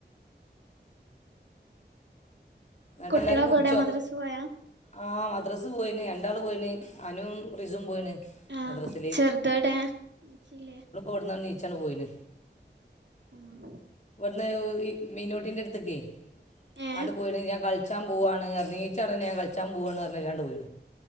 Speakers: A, on the left; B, on the right.
A: ങ്ങട്ട്
B: കുട്ടികളൊക്കെ
A: എല്ലാരും കുടിച്ചോ.
B: എവിടെ മദ്രസ് പോയാ
A: ആഹ് മദ്രസ പോയിന് രണ്ടാള് പോയിന് അനും റിസും പോയിന്.
B: ആഹ്
A: മദ്രസിൽ
B: ചെറുതോടെ നീച്ചില്ലേ.
A: ഓട്ന്ന് നീച്ചാണ്ട് പോയിന്.
B: ഉമ്
A: ഇവിടുന്ന് ഈ മീനുട്ടിന്റെ അടുത്ത്‌ക്കെ
B: ഏഹ്
A: ആണ്ട് പോയിണ് ഞാൻ കാളി കളിച്ചാൻ പോവാണ് പറഞ്ഞ് നീച്ചപാടെന്നെ ഞാൻ കളിച്ചാൻ പോവാണ് പറഞ്ഞ് അവരാണ്ട് പോയി.